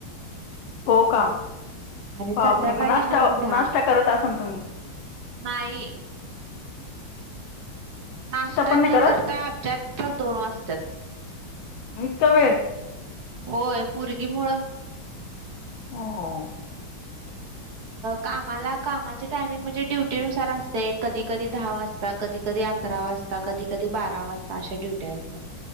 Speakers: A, on the left (about 75°); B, on the right (about 55°).
A: हो का!
B: आणि
A: बापरे!
B: संध्याकाळी
A: मग नाश्ता
B: नऊ दहा
A: नाश्ता करत असल तुम्ही.
B: नाही. नाश्ता
A: पण
B: न
A: नाही करत
B: करता आमच्यात तर दोन वाजत्यात.
A: ईतका वेळ.
B: होय पोरगी मुळ.
A: हो. <inaudible>
B: कामाला कामाचे टायमिंग म्हणजे ड्युटीनुसार असते कधी कधी दहा वाजता. कधी कधी अकरा वाजता, कधी कधी बारा वाजता अशा ड्युट्या असतात.